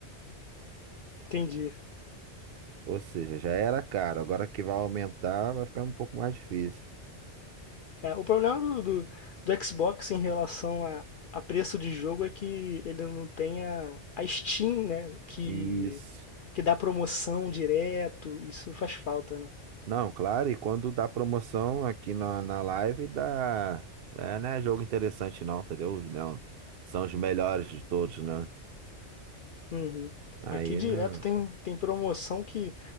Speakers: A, on the left; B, on the right.
A: Entendi.
B: ou seja, já era caro. Agora que vai aumentar, vai ficar um pouco mais difícil.
A: É, o problema do, do, do Xbox em relação a, a preço de jogo é que ele não tem a, a Steam, né? Que,
B: Isso.
A: que dá promoção direto. Isso faz falta, né?
B: Não, claro, e quando dá promoção aqui na, na live, dá. É, não é jogo interessante, não, entendeu? Não, são os melhores de todos, né?
A: Uhum.
B: Aí
A: Aqui direto
B: não.
A: tem, tem promoção que